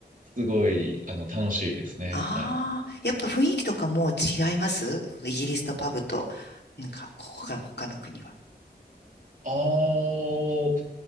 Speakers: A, on the right; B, on the left.
A: すごい、あの、楽しいですね。
B: ああ、
A: はい。
B: やっぱ雰囲気とかもう違いますイギリスのパブと、なんか、ここが他の国は。
A: あー、